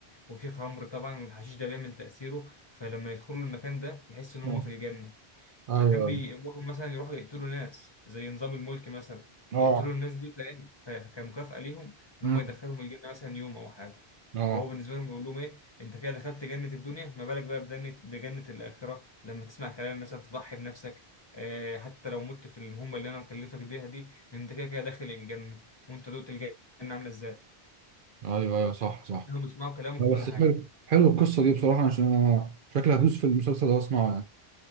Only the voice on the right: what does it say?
اه
ايوه
اه
امم
اه
ايوه ايوه صح صح
لا،
بس
حلو حلو القصه دي بصراحه عشان انا شكلي هدوس في المسلسل ده واسمعه يعني.